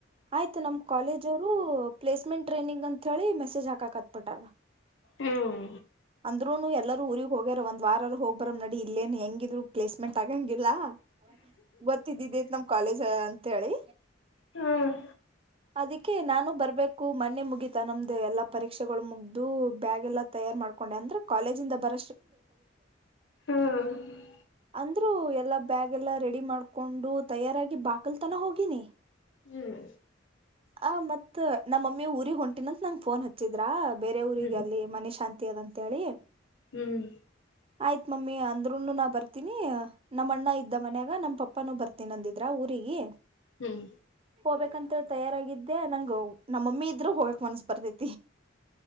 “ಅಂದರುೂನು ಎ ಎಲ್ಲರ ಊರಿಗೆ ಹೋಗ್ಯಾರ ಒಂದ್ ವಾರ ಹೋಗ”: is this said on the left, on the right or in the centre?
Right